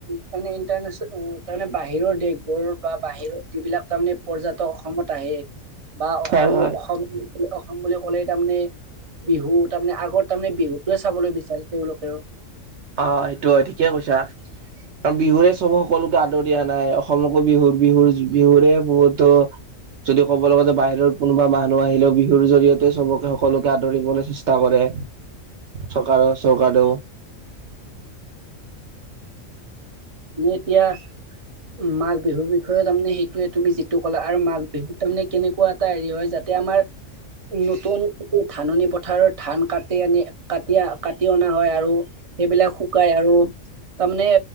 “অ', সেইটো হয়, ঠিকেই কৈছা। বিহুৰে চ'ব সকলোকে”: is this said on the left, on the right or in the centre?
Right